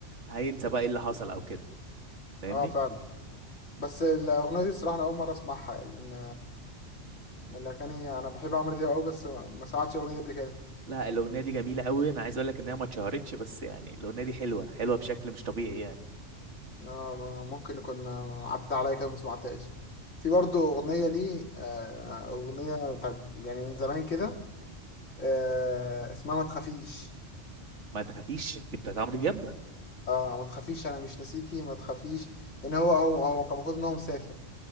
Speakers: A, on the right; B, on the left.
A: هينسى بقى ايه اللي حصل او كده فاهمني
B: اه فعلا بس الأغنية دي الصراحة أنا أول مرة أسمعها يعني إن من الأغاني أنا بحب عمرو دياب أوي بس ما سمعتش الأغنية دي قبل كده
A: لا الاغنيه دي جميله قوي انا عايز اقول لك انها ما اتشهرتش بس يعني الاغنيه دي حلوه حلوه بشكل مش طبيعي يعني
B: آه، م- ممكن يكون آه، عدت عليا كده ما سمعتهاش في برضه أغنية ليه آه، أغنية بتاعت يعني من زمان كده آه، اسمها ما تخافيش
A: ما تخافيش دي بتاعت عمرو دياب
B: اه ما تخافيش أنا مش ناسيكي ما تخافيش إن هو هو هو كان المفروض إن هو مسافر